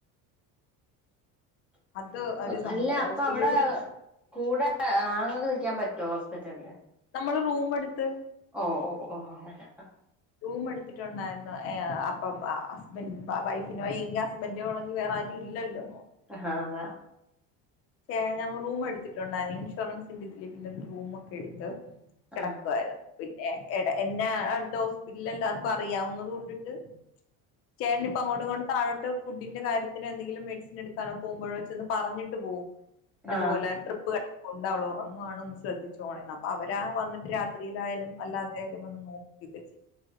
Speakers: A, on the left; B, in the centre.
A: അത് ഒരു
B: ഓകെ
A: സംഭവം
B: അല്ല അപ്പൊ
A: ഹോസ്പിറ്റലിലോട്ട്
B: അവിടെ കൂടെ അ ആങ്ങക്ക് നിക്കാൻ പറ്റ് റ്റോവോ ഹോസ്പിറ്റല്ലേ
A: മ്മള് റൂംമ് എട്ത്ത്
B: ഓ ഓ ഓ അങ്ങനാ അഃ
A: റൂം എടുത്തിട്ടുണ്ടായിരുന്നു. യ യാ അപ്പം ഹസ്ബൻ വ വൈഫിനെവയ്യെങ്കി ഹസ്ബൻന്റോള്ളങിവേറെ അതി ഇല്ലല്ലോ
B: അ ആഹാ അതേ
A: യേ ഞാങ റൂംമെടുത്തിട്ടുണ്ടായിരുന്നു ഇൻഷുറൻസിന്റെതില് പിന്നെ റൂമൊക്കെ എടുത്ത് കിടക്കുവായിരുന്നു.
B: ആഹ്
A: പിന്നെ എട എന്നാ അടുത്ത ഹോസ്പിറ്റലിലെ എല്ലാർക്കും അറിയാവുന്നത് കൊണ്ടിട്ട് ചേട്ട്നിപ്പ അങ്ങോട്ടുംങ്ങോട്ടു താഴോട്ട് ഫുഡിന്റെ കാര്യത്തിന് എന്തെങ്കിലും മെഡിസിന് എടുക്കാനോ പോക്മ്പോ ഴോ ചെന്ന് പറഞ്ഞിട്ട് പോകും. ഇന്നതുപോലെ
B: ആഹ്
A: ട്രിപ്പ്കട്ട് കൊണ്ട് അവള്റങ്ങുവാണന്ന് ശ്രദ്ധിച്ചോണേന്ന്. അപ്പൊ അവര് ആ വന്നിട്ട് രാത്രിയിലായാലും അല്ലാതെ യാലും വന്ന് നോക്ക് <unintelligible>